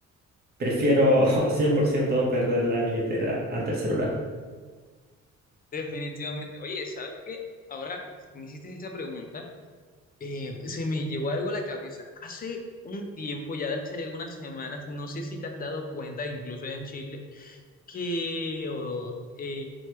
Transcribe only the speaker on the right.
Prefiero <laughs> 100% perder la billetera ante el celular.